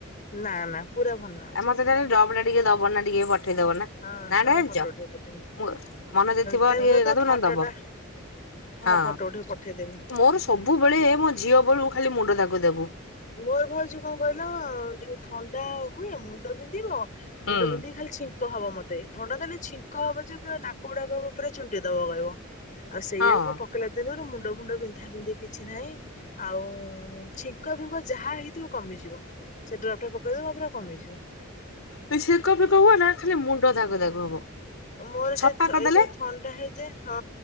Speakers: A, on the left; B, on the left.
A: ନା ନା ପୁରା ଭରନା।
B: ଆମ ମତେ ଖାଲି ଡ୍ରପ ଟା ଟିକେ ଦବନ ନା ଟିକେ ପଠେଇ ଦବ ନା।
A: ହଁ
B: ନା
A: ହଁ
B: ଟା ଜାଣିଛ
A: ଫଟୋ ଉଠେଇ ପଠେଇବି।
B: ମୋ ମନ ଯ ଥିବ
A: ତା
B: ଟିକେଇ
A: ରୁହ ତା
B: କଇଦବ
A: ଫଟୋ
B: ନନେ ଦବ।
A: ଟା
B: ହଁ
A: ଫଟୋ ଉଠେଇକି ପଠେଇଦେମି।
B: ମୋର ସବୁବେଳେ ମୋ ଝିଅ ବେଳୁ ଖାଲି ମୁଣ୍ଡ ଧାକୁ ଧାକୁ।
A: ମୋର ଭାଉଜ କଣ କହିଲ ଯୋଉ ଥଣ୍ଡା ହୁଏ ମୁ ମୁଣ୍ଡ ବିନ୍ଧିବ
B: ହୁଁ।
A: ମୁଣ୍ଡ ବିନ୍ଧିକି ଖାଲି ଛିଙ୍କ ହବ ମତେ ଥଣ୍ଡା ଦେଲେ ଛି କ ହବ ଯେ ପୁରା ନାକ ଗୁଡାକ ପୁରା ଛୁଣ୍ଟି ଦବା କହିବ, ଆଉ ସେଇଆକୁ
B: ହଁ
A: ପ ପିଲା ଦିନୁରୁ ମୁଣ୍ଡ ଫୁଣ୍ଡ ବିନ୍ଧା ବିନ୍ଧି କିଛି ନାଇଁ ଆଉ ଛି ଙ୍କ ଫୁଙ୍କ ଯାହା ହେଇଥିବ କମିଯିବ ସେ ଡ୍ରପ ଟା ପକେଇଦେବ ପରେ କମେଇଯିବ।
B: ହେ ଛେକ ଫେକ ହୁଏନା ଖାଲି ମୁଣ୍ଡ ଧାଗ ଦାଗ ହବ
A: ମୋର ସେ
B: ଛଫା କରିଦେଲେ
A: ଏଇ ସବୁ ଥଣ୍ଡା ହେଇଯାଏ ହଁ